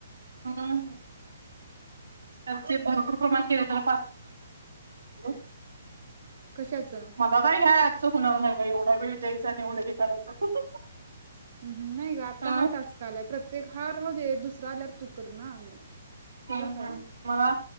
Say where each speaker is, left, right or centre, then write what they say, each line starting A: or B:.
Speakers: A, on the right; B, on the right.
A: हम् त्यां ते भरपूर प्रमाण केले त्याला <unintelligible>
B: कशाचं
A: मला का ह्या आच होणार नाय बाई एवढा वेळ द्यायच ज्यांनी होईल ते करायचं
B: हम्म हम्म नाही ग आता
A: हं
B: हा टास्क आलाय प्रत्येक हा राहूदे दुस आल्यावर तु कर ना मग त्याला
A: हम्म
B: काय
A: हम्म मला